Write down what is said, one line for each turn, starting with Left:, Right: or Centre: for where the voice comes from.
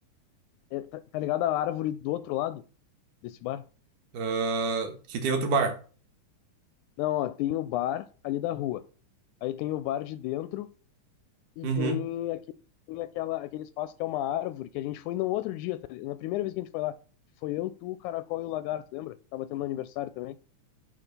Left: é, tá, tá ligado a árvore do outro lado desse bar?
Right: Ah, que tem outro bar.
Left: Não, ó, tem o bar ali da rua. Aí tem o bar de dentro e
Right: Uhum.
Left: tem aquele, tem aquela, aquele espaço que é uma árvore que a gente foi no outro dia, tá, li- na primeira vez que a gente foi lá. Foi eu, tu, o Caracol e o Lagarto, lembra? Tava tendo aniversário também.